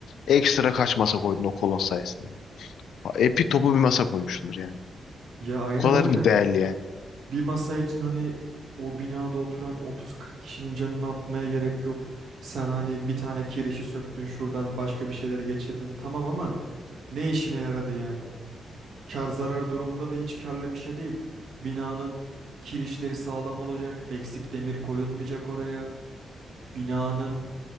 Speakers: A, on the left (about 85°); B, on the right (about 70°).
A: Ekstra kaç masa koydun o kolon sayesinde? Ha, Epi topu bir masa koymuşsundur yani.
B: Ya aynen
A: O kadar
B: öyle.
A: mı değerli yani?
B: Bir masa için hani o binada oturan 30-40 kişinin canını atmaya gerek yok. Sen hani bir tane kirişi söktün şuradan başka bir şeyleri geçirdin tamam ama ne işine yaradı yani? Kar zarar durumunda da hiç karlı bir şey değil. Binanın kirişleri sağlam olacak, eksik demir koyulmayacak oraya. Binanın